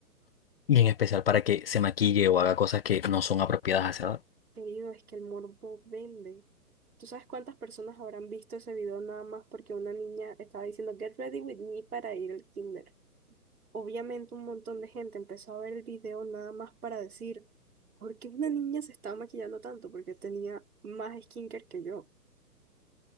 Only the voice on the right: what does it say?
Querido, es que el morbo vende. ¿Tú sabes cuántas personas habrán visto ese video nada más porque una niña estaba diciendo Get ready with me para ir al kinder? Obviamente un montón de gente empezó a ver el video nada más para decir ¿por qué una niña se estaba maquillando tanto? Porque tenía más skincare que yo.